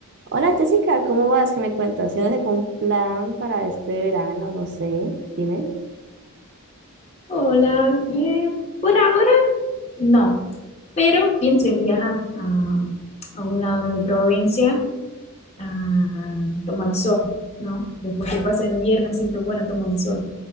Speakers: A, on the right; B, on the left.
A: Hola Jessica, ¿cómo vas? ¿Qué me cuentas? ¿Tienes algún plan para este verano? No sé, dime.
B: Hola, bien. Por ahora no, pero pienso en viajar a, a un lado de mi provincia a tomar el sol, ¿no? Después que pasen viernes siempre es bueno tomar un sol.